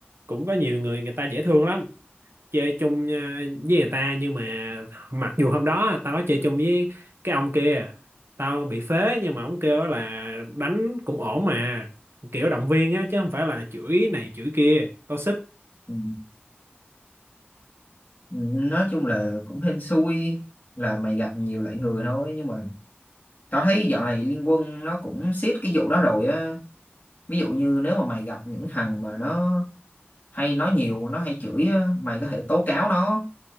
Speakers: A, on the right; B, on the left.
A: cũng có nhiều người người ta dễ thương lắm chơi chung ờ, với người ta nhưng mà mặc dù hôm đó tao có chơi chung với cái ông kia tao bị phế nhưng mà ông kêu là đánh cũng ổn mà kiểu động viên á chứ không phải là chửi này chửi kia tao xích
B: ừ. ừ, nói chung là cũng hên xui là mày gặp nhiều loại người thôi nhưng mà Tao thấy dạo này Liên Quân nó cũng siết cái vụ đó rồi á. Ví dụ như nếu mà mày gặp những thằng mà nó hay nói nhiều, nó hay chửi á, mày có thể tố cáo nó.